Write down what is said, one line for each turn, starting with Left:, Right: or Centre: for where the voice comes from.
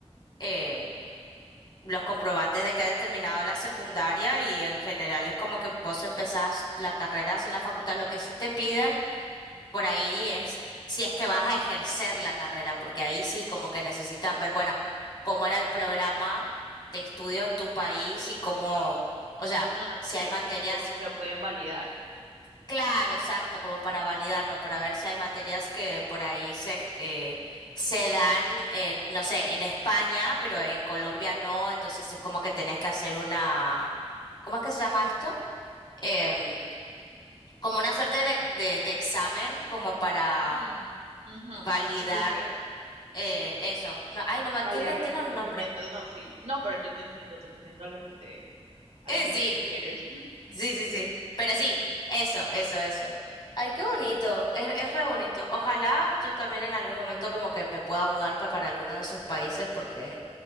Left: eh, los comprobantes de que hayas terminado la secundaria y en general
Right: Ujú.
Left: es como que vos empezás la carrera sin la facultad. Lo que sí te piden por ahí es si es que vas a ejercer la carrera, porque ahí sí como que necesitan ver, bueno, cómo era el programa de estudio en tu país y cómo, o sea,
Right: Ah,
Left: si
Right: sí,
Left: hay materias
Right: tipo si lo pueden validar.
Left: Claro, exacto, como para validarlo, para ver si hay materias que por ahí se, eh, se dan, eh, no sé, en España, pero en Colombia no, entonces es como que tenés que hacer una, ¿cómo es que se llama esto? Em, como una suerte de, de, de examen, como para
Right: Mm, ujú,
Left: validar
Right: Sí, sí, sí.
Left: eh, eso. No, ay, no, ma-
Right: Validar
Left: tiene, tiene
Right: los conocimientos,
Left: un nombre.
Right: no, sí. No, pero yo te entiendo, te entiendo a lo que te, a
Left: Eh,
Right: lo que
Left: sí.
Right: te refieres.
Left: Sí, sí, sí. Pero sí, eso, eso, eso. Ay, qué bonito, es, es re bonito. Ojalá yo también en algún momento como que me pueda mudar pa- para alguno de esos países porque,